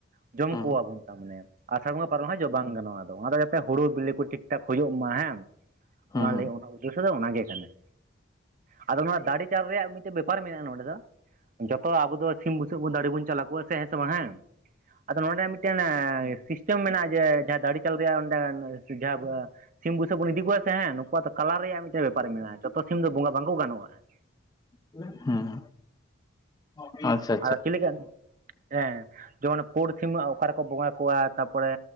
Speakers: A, on the right; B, on the left.
A: ᱡᱚᱢ
B: ᱦᱮᱸ
A: ᱠᱚᱣᱟᱵᱚᱱ ᱛᱟᱨ ᱢᱟᱱᱮ ᱟᱥᱟᱲ ᱵᱚᱸᱜᱟ ᱯᱟᱨᱚᱢ ᱮᱱ ᱠᱷᱟᱱ ᱡᱚᱢᱼᱼ ᱵᱟᱝ ᱜᱟᱱᱚᱜᱼᱟ ᱟᱫᱚ ᱚᱸᱵᱮᱠᱟᱛᱮ ᱦᱩᱲᱩ ᱵᱤᱞᱤ ᱠᱚ ᱴᱷᱤᱠ ᱴᱷᱟᱠ ᱦᱩᱭᱩᱜ ᱢᱟ ᱦᱮᱸ
B: ᱦᱮᱸ
A: ᱚᱱᱟ ᱞᱟᱹᱜᱤᱫ ᱫᱚ ᱚᱱᱟᱜᱮ ᱠᱟᱱᱟ ᱟᱫᱚ ᱱᱚᱣᱟ ᱫᱟᱲᱮ ᱪᱟᱞ ᱨᱮᱭᱟᱜ ᱢᱤᱫᱴᱤᱡ ᱵᱮᱯᱟᱨ ᱢᱮᱱᱟᱜᱼᱟ ᱱᱚᱰᱮ ᱫᱚ ᱡᱚᱛᱚ ᱟᱵᱚ ᱫᱚ ᱥᱤᱢ ᱵᱩᱥᱟᱜ ᱵᱚᱱ ᱫᱟᱲᱮ ᱵᱚᱱ ᱪᱟᱞ ᱟᱠᱚᱣᱟ ᱦᱮᱸ ᱥᱮ ᱵᱟᱝ ᱦᱮᱸ ᱟᱫᱚ ᱱᱚᱰᱮ ᱢᱤᱫᱼᱼ ᱢᱤᱫᱴᱮᱱ ᱥᱤᱥᱴᱮᱢ ᱢᱮᱱᱟᱜᱼᱟ ᱡᱮ ᱡᱟᱦᱟᱸ ᱫᱟᱲᱮ ᱪᱟᱞ ᱨᱮᱭᱟᱜ ᱚᱸᱰᱮ ᱡᱟᱦᱟᱸ ᱥᱤᱢ ᱜᱩᱥᱟᱹᱜ ᱵᱚᱱ, ᱤᱫᱤ ᱠᱚᱣᱟ ᱥᱮ, ᱦᱮᱸ, ᱱᱩᱠᱩᱣᱟᱜ ᱫᱚ ᱠᱟᱞᱟᱨ ᱨᱮᱭᱟᱜ, ᱢᱤᱫᱴᱟᱝ ᱵᱮᱯᱟᱨ ᱢᱮᱱᱟᱜᱼᱟ, ᱡᱚᱛᱚ ᱥᱤᱢ ᱫᱚ, ᱵᱚᱸᱜᱟ ᱵᱟᱝ ᱠᱚ ᱜᱟᱱᱚᱜᱼᱟ ᱾
B: <unintelligible> ᱦᱩᱸᱻ ᱾ <unintelligible> ᱟᱼᱪᱷᱟ ᱾
A: ᱟᱨ, ᱪᱮᱫ ᱞᱮᱠᱟᱱ, ᱦᱮᱸ, ᱡᱮᱢᱚᱱ ᱯᱩᱸᱰ ᱥᱤᱢᱟᱜ, ᱚᱠᱟ ᱨᱮᱠᱚ, ᱵᱚᱸᱜᱟ ᱠᱚᱣᱟ, ᱛᱟ ᱯᱚᱨᱮ